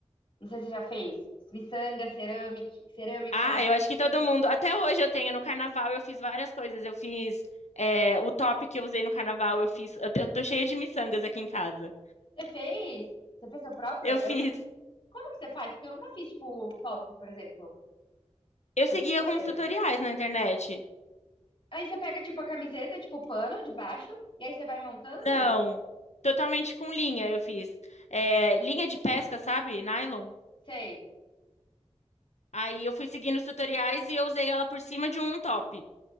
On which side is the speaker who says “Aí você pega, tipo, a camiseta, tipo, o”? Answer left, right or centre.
Left